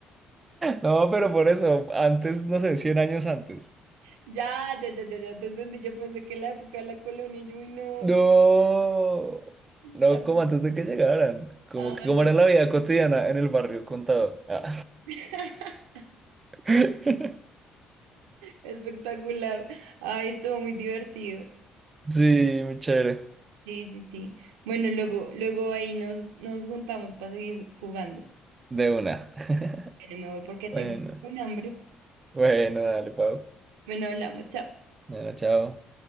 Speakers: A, on the right; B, on the right.
A: No, pero por eso, antes, no sé, cien años antes.
B: ya, ya, ya, ya, ya, te entendí. Yo pensé que en la época de la colonia, yo, uy, no,
A: No,
B: qué...
A: no,
B: la-
A: como antes de que llegaran, como
B: Ah,
A: que cómo
B: ya,
A: era
B: ya.
A: la vida cotidiana en el barrio Contador. Ah.
B: <laughs>
A: <laughs>
B: Espectacular. Ay, estuvo muy divertido.
A: Sí, muy chévere,
B: Sí, sí, sí. Bueno, luego, luego ahí nos, nos juntamos para seguir jugando.
A: de una. <laughs>
B: Pero me voy porque tengo
A: Bueno,
B: un hambre.
A: bueno, dale, Pau.
B: Bueno, hablamos, chao.
A: Bueno, chao.